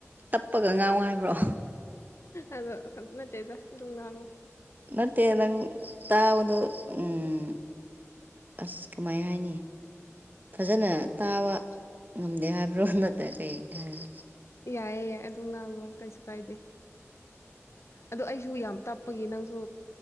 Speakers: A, on the right (about 35°); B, on the left (about 60°).
A: ꯇꯞꯄꯒ ꯉꯥꯡ ꯍꯥꯏꯥꯏꯕ꯭ꯔꯣ
B: ꯑꯗꯣ ꯅꯠꯇꯦꯗ ꯑꯗꯨꯝ ꯉꯥꯡꯉꯨ
A: ꯃꯦ ꯅꯪ ꯇꯑꯣꯗ ꯎꯝ ꯑ ꯀꯃꯥꯏ ꯍꯥꯏꯅꯤ ꯐꯖꯅ ꯇꯥꯕ ꯉꯝꯗꯦ ꯍꯥꯏꯕ꯭ꯔꯣ ꯅꯠꯇ ꯀꯔꯤ ꯍꯥꯏꯔ
B: ꯌꯥꯏꯌꯦ ꯌꯥꯏ ꯑꯗꯨꯝ ꯉꯥꯡꯉꯣ ꯀꯩꯁꯨ ꯀꯥꯏꯗꯦ ꯑꯗꯣ ꯑꯩꯁꯨ ꯌꯥꯝ ꯇꯞꯄꯒꯤ ꯅꯪꯁꯨ